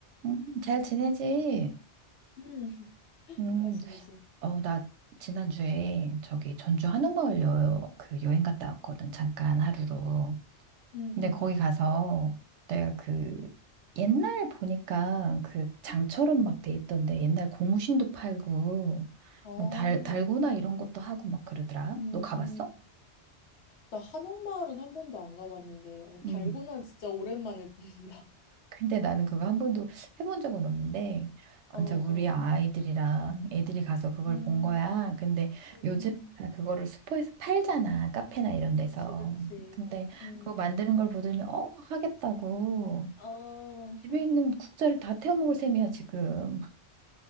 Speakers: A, on the right; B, on the left.
A: 음, 잘 지내지?
B: 음, <laughs>
A: 음,
B: 잘 지내지.
A: 어, 나 지난주에 저기 전주 한옥마을 여, 그 여행 갔다 왔거든, 잠깐 하루로.
B: 음,
A: 근데
B: 음.
A: 거기 가서 내가 그 옛날 보니까 그 장처럼 막 돼 있던데 옛날 고무신도 팔고
B: 어,
A: 뭐 달, 달고나 이런 것도 하고 막 그러더라.
B: 음,
A: 너 가봤어?
B: 음. 나 한옥마을은 한 번도 안 가봤는데, 어, 달고나
A: 음.
B: 진짜 오랜만에 듣는다. <laughs>
A: 근데 나는 그거 한 번도 해본 적은 없는데,
B: 어,
A: 진짜
B: 어.
A: 우리 아이들이랑 애들이 가서 그걸
B: 음,
A: 본 거야. 근데
B: 음,
A: 요즘
B: 음.
A: 다 그거를 슈퍼에서 팔잖아. 카페나 이런 데서.
B: 그치, 그치.
A: 근데
B: 음.
A: 그거 만드는 걸 보더니, 어, 하겠다고.
B: 어,
A: 집에 있는 국자를 다 태워 먹을 셈이야, 지금.